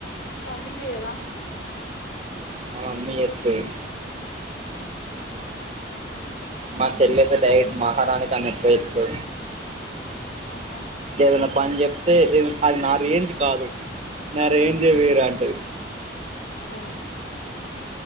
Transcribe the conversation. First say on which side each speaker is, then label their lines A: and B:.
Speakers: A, on the left (about 75°); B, on the right (about 35°).
A: మీ మమ్మి చె్యదా
B: మ మమ్మీ చేత్తది మా చెల్లైతే డైట్ మహారాణి తని ఎక్కువ ఎత్తు
A: ఓహో
B: ఏదన్న పన్ జెబ్ తే అది నా రేంజ్ కాదు నా రేంజే వేరు అంటది
A: ఉ